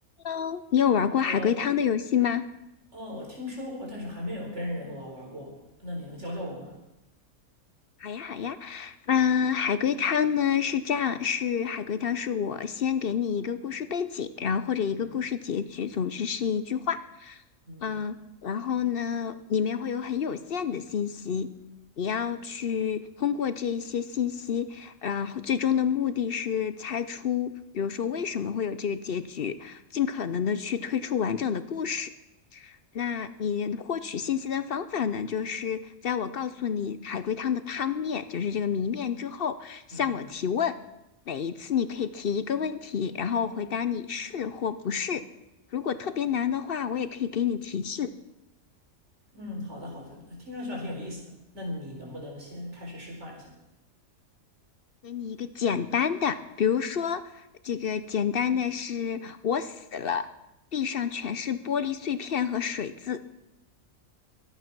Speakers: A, on the left; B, on the right.
A: 喽，你有玩过海龟汤的游戏吗？
B: Hello，哦，我听说过，但是还没有跟人玩玩过。那你能教教我吗？
A: 好呀，好呀。嗯，海龟汤呢是这样，是海龟汤是我先给你一个故事背景，然后或者一个故事结局，
B: 嗯
A: 总之是一句话。
B: 嗯
A: 嗯，然后呢，里面会有很有限的信息，你要去通过这一些信息，然后最终的目的是猜出，比如说为什么会有这个结局，尽可能的去推出完整的故事。那你获取信息的方法呢，就是在我告诉你海龟汤的汤面，就是这个谜面之后，向我提问。
B: 嗯，
A: 每一次你可以提一个问题，然后回答你是或不是。
B: 哦，
A: 如果特别难的话，我也可以给你提示，
B: 嗯，好的好的，那听上去还挺有意思的。那你能不能先开始示范一下？
A: 给你一个简单的，比如说这个简单的是我死了，地上全是玻璃碎片和水渍。